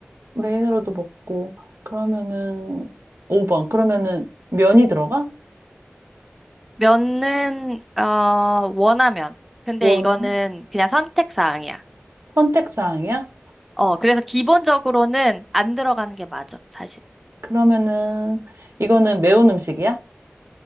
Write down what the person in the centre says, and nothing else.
면은, 어, 원하면. 근데
이거는 그냥 선택사항이야.
어, 그래서 기본적으로는 안 들어가는 게 맞아, 사실.